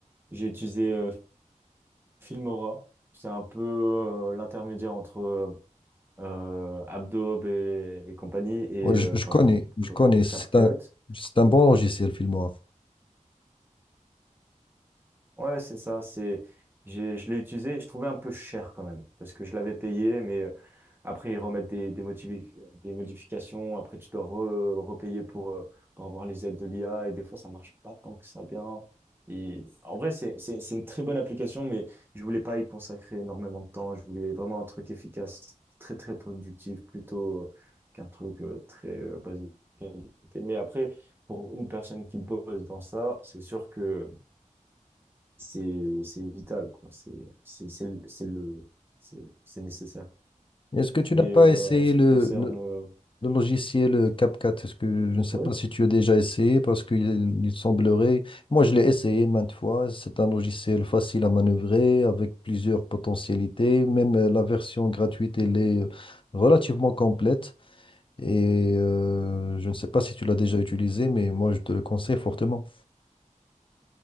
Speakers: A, on the right; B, on the left.
A: j'ai utilisé euh, Filmora, c'est un peu euh, l'intermédiaire entre euh, Adobe et, et compagnie et
B: Moi, je,
A: euh,
B: je
A: par
B: connais,
A: exemple
B: je
A: Co-
B: connais. C'est
A: CapCut.
B: un, c'est un
A: Mais
B: bon logiciel, Filmora.
A: Ouais, c'est ça. C'est, j'ai- je l'ai utilisé. Je trouvais un peu cher quand même parce que je l'avais payé, mais euh, après ils remettent des, des, motivi- des modifications. Après tu dois re- repayer pour, euh, pour avoir les aides de l'IA et des fois ça marche pas tant que ça bien. Et en vrai, c'est, c'est, c'est une très bonne application, mais je voulais pas y consacrer énormément de temps. Je voulais vraiment un truc efficace, très très productif, plutôt euh, qu'un truc euh, très euh, basé. sur la qualité. Mais après, pour une personne qui bosse dans ça, c'est sûr que c'est c'est vital quoi c'est c'est c'est le c'est le- c'est- c'est nécessaire
B: Est-ce que tu
A: mais
B: n'as pas
A: euh,
B: essayé
A: en ce
B: le,
A: qui concerne
B: le-
A: euh,
B: Le logiciel CapCut, est-ce que je ne sais
A: ouais
B: pas si tu as déjà essayé parce qu'il il semblerait, moi je l'ai essayé maintes fois, c'est un logiciel facile à manœuvrer avec plusieurs potentialités, même euh, la version gratuite elle est euh, relativement complète et euh, je ne sais pas si tu l'as déjà utilisé mais moi je te le conseille fortement.